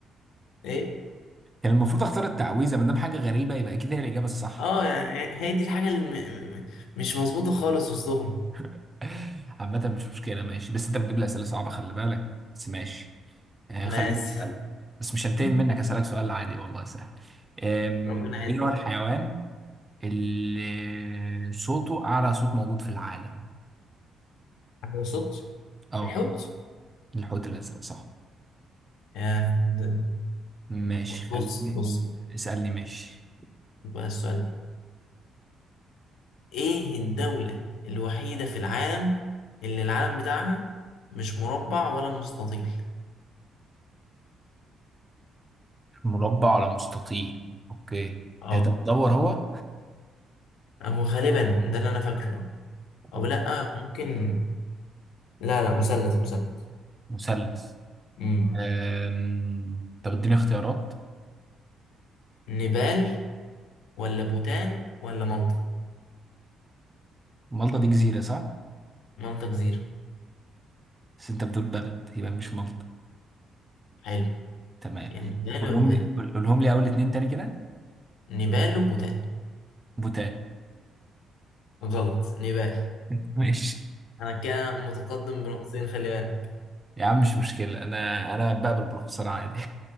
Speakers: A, on the left; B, on the right.
A: ايه
B: كان المفروض اختار التعويذه ما دام حاجه غريبه يبقى اكيد هي الاجابه الصح
A: اه يعني هي دي الحاجة اللي م... م- مش مظبوطة خالص وسطهم
B: <laughs> عامه مش مشكله ماشي بس انت بتجيب لي اسئله صعبه خلي بالك بس ماشي آه
A: انا
B: خليني
A: اسف
B: اسالك بس مش هنتقم
A: <laughs>
B: منك هسالك سؤال عادي والله سهل آم،
A: ربنا يعزك
B: ايه هو الحيوان اللي صوته أعلى صوت موجود في العالم
A: ما وصلتش
B: اه
A: الحوت
B: الحوت الأزرق صح
A: يا ده-
B: ماشي خليني
A: بص بص
B: اسألني ماشي
A: بقى السؤال ده ايه الدولة الوحيدة في العالم اللي العلم بتاعها مش مربع ولا مستطيل
B: مربع ولا مستطيل أوكي
A: اه
B: آه، طب دور هو
A: هو غالبا ده اللي انا فاكره او
B: أوه.
A: لا ممكن لا لا مثلث مثلث
B: مثلث
A: امم
B: أم... طب اديني اختيارات
A: نيبال ولا بوتان ولا مالطا
B: مالطا دي جزيرة صح؟
A: مالطا جزيرة
B: بس انت بتقول بلد يبقى مش مالطا
A: حلو
B: تمام
A: يعني نيبال
B: قولهم
A: وبوتان
B: لي قول- قولهم لي أول اتنين تاني كده
A: نيبال وبوتان
B: بوتان
A: غلط نيبال
B: <laughs> ماشي
A: أنا كده متقدم بنقطتين خلي بالك
B: يا عم مش مشكلة أنا أنا بقبل بالخسارة عادي